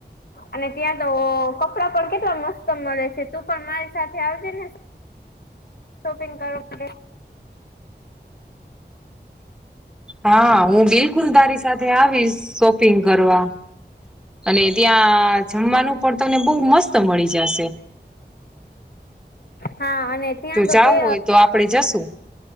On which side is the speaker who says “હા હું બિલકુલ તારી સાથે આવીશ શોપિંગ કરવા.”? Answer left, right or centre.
Centre